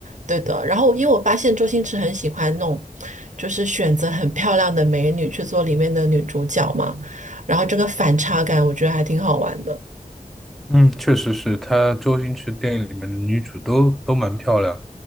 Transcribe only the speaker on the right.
对的。然后，因为我发现周星驰很喜欢弄，就是选择很漂亮的美女去做里面的女主角嘛，然后这个反差感，我觉得还挺好玩的。